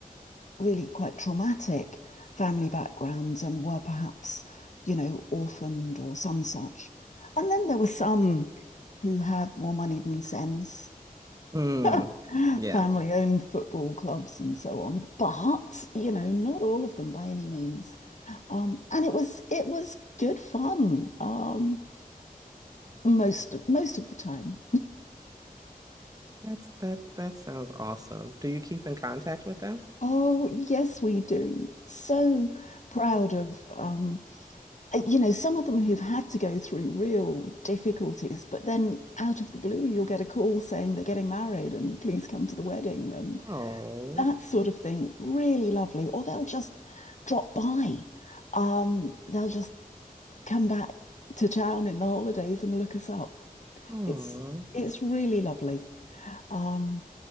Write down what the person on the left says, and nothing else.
really quite traumatic family backgrounds and were perhaps, you know, orphaned or some such. And then there were some who had more money than sense,
<laughs>
family owned football clubs and so on. But, you know, not all of them by any means. Um, and it was it was good fun um, most most of the time.
Oh, yes, we do. So proud of um, Uh, you know, some of them who've had to go through real difficulties, but then out of the blue, you'll get a call saying they're getting married and please come to the wedding and
that sort of thing. Really lovely. Or they'll just drop by. Um, they'll just come back to town in the holidays and look us up.
It's it's really lovely. Um,